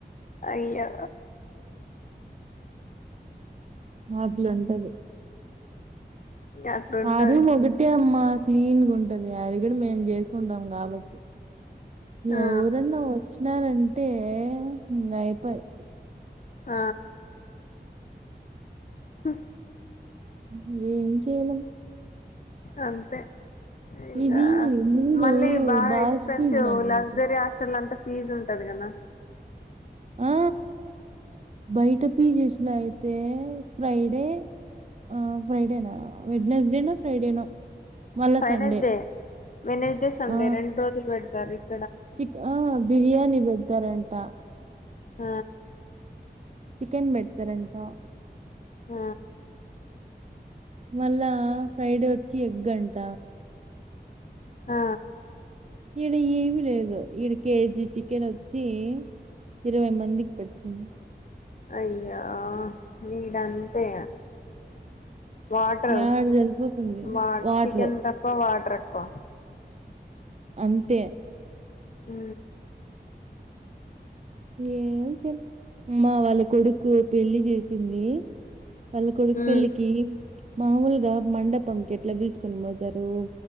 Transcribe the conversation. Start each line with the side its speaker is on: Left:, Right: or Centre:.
Left: అయ్యో
Right: అట్లుంటది
Left: అట్లుంటది
Right: ఆరు ఒకటే అమ్మా క్లీన్గా ఉంటది. అది కూడా మేము చేసుకుంటాం కాబట్టి
Left: ఆ
Right: ఎవరన్నా వచ్చినారంటె అంటే ఈ అయిపయి
Left: ఆ ఉ
Right: ము ఏ చేయడం
Left: అంతే ఇంగా
Right: ఇది ముందు
Left: మళ్ళీ బాగా
Right: బాయ్స్
Left: ఎక్స్పెన్సివ్
Right: పీజీ అనుకుంట
Left: లగ్జరీ హాస్టెల్ అంతా ఫీజ్ ఉంటది కదా
Right: ఆ బయట పిజేస్లో అయితే ఫ్రైడే ఆ ఫ్రైడేనా వెడ్ నెస్డేనా ఫ్రైడేనో మళ్ళా
Left: ఫైనస్డే
Right: సండే
Left: వేనస్ డే సండే
Right: ఆ
Left: రెండు రోజలు పెడ సరిప్
Right: చిక్ ఆ బిర్యానీ పెడతారంట
Left: ఆ
Right: చికెన్ పెడతారంటా
Left: ఆ
Right: మళ్ళా ఫ్రైడే వచ్చి ఎగ్ గంట
Left: ఆ
Right: ఈయడ ఏమిీ లేదు ఈయడ కేజీ చికెన్ వచ్చి ఇరవై మందికి పెడుతుంది
Left: అయ్యా వీడంతే వాటర్
Right: యాడ సరిపోతుంది
Left: వా
Right: వాటర్
Left: చికెన్ తక్కువ వాటర్ తక్కువ
Right: అంతే
Left: ఉ
Right: ఏ అమ్ మా వాళ్ళ కొడుకు పెళ్లికి చేసింది వాళ్ళ కొడుకు
Left: మ్మ్
Right: పెళ్లికి మామూలుగా మండపంకి ఎట్లా పీల్చుకొని పోతారు